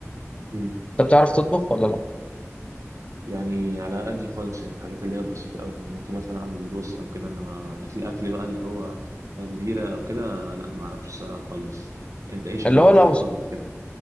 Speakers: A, on the right; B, on the left.
A: أمم.
B: انت بتعرف تطبخ ولا لا
A: يعني على قدي خالص يعني الحاجات اللي هي بسيطه قوي يعني ممكن مثلا اعمل رز او كده انما اكل اكل بقى اللي هو كبيره او كده لا ما اعرفش الصراحه خالص انت ايه شغلك
B: اللي هو
A: بتعرف
B: لو
A: تطبخ كده